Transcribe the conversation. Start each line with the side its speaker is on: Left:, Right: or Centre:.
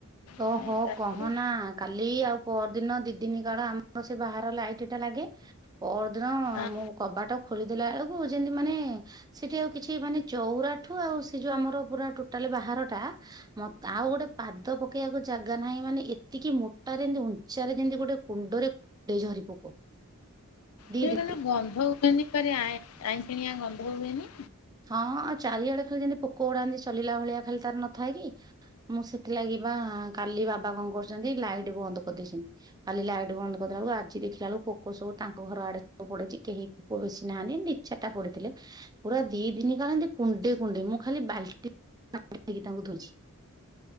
Right: ଓହୋ
Left: ମାନେ ରାତିରେ
Right: କହନା କାଲି ଆଉ ପଅର ଦିନ ଦି ଦିନି କାଳ ଆମର ସେ ବାହାର ଲାଇଟ୍ ଟା ଲାଗେ। ପଅରଦିନ
Left: ଆଁ
Right: ମୁଁ କବାଟ ଖୋଲିଦେଲା ବେଳକୁ ଯେମତି ମାନେ ସେଠି ଆଉ କିଛି ମାନେ ଚଉରାଠୁ ଆଉ ସେ ଯୋଉ ଆମର ପୁରା ଟୋଟାଲ୍‌ ବାହାର ଟା ମତେ ଆଉ ଗୋଟେ ପାଦ୍ ପାଦ ପକେଇଆକୁ ଜାଗା ନାହିଁ ମାନେ ଏତିକି ମୋଟାରେ ଯେମିତି ଉଞ୍ଚାରେ ଯେମତି ଗୋଟେ କୁଣ୍ଡରେ ଏଇ ଝରି ପୋକ। ଦି
Left: ସିଏ
Right: ଦି
Left: କେମିତିଆ ଗନ୍ଧ ହୁଏନି ଖାଲି ଆଇଁ ଆଇଁସିଣିଆଁ ଗନ୍ଧ ହୁଏନି।
Right: ହଁ ଆଉ ଚାରିଆଡେ ଖାଲି ଯେମିତି ପୋକ ଗୁଡା ଏମିତି ସଲିଲା ଭଳିଆ ଖାଲି ତାର ନଥାଏ କି? ମୁଁ ସେଥିଲାଗି ବା କାଲି ବାବା କଣ କରିଛନ୍ତି ଲାଇଟ୍ ବନ୍ଦ କରିଦେଇଛନ୍ତି। କାଲି ଲାଇଟ୍ ବନ୍ଦ କରିଦେଲାବେଳୁକୁ ଆଜି ଦେଖିଲା ବେଳୁକୁ ପୋକ ସବୁ ତାଙ୍କ ଘର ଆଡେ ସବୁ ପଡିଛି କେହି ପୁଅ ବେଶି ନାହାନ୍ତି ଦି ଚାରଟା ପଡିଥିଲେ। ପୁରା ଦି ଦିନି କାଳ ଏମତି କୁଣ୍ଡେ କୁଣ୍ଡେ ମୁଁ ଖାଲି ବାଲ୍ଟି ପାଣି ଆଣିକି ତାଙ୍କୁ ଧୋଇଛି।